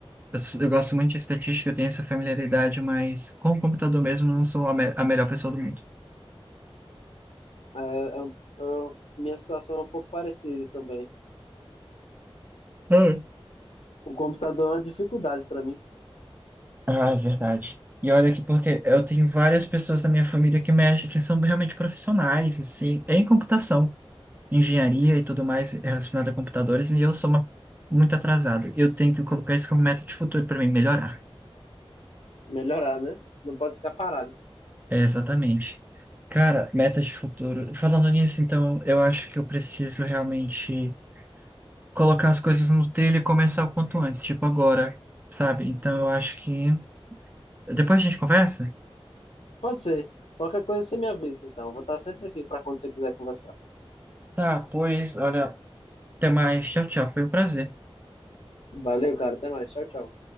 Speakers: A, on the right; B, on the left.
A: Eu, sou- eu gosto muito de estatística, eu tenho essa familiaridade, mas com o computador mesmo eu não sou a, me- a melhor pessoa do mundo.
B: É, é- eu- minha situação é um pouco parecida também.
A: Ah,
B: O computador é uma dificuldade para mim,
A: Ah, é verdade. E olha que porque eu tenho várias pessoas da minha família que mexem, que são realmente profissionais, assim, em computação, engenharia e tudo mais relacionado a computadores, e eu sou uma- muito atrasado. Eu tenho que colocar isso como meta de futuro para mim melhorar.
B: melhorar, né? Não pode ficar parado.
A: É, exatamente. Cara, metas de futuro. Falando nisso, então, eu acho que eu preciso realmente. colocar as coisas no trilho e começar o quanto antes, tipo agora, sabe? Então eu acho que. Depois a gente conversa?
B: Pode ser. Qualquer coisa você me avisa, então. Eu Vou estar sempre aqui para quando você quiser conversar.
A: Tá, pois, olha, até mais. Tchau, tchau. Foi um prazer.
B: Valeu, cara. Até mais. Tchau, tchau.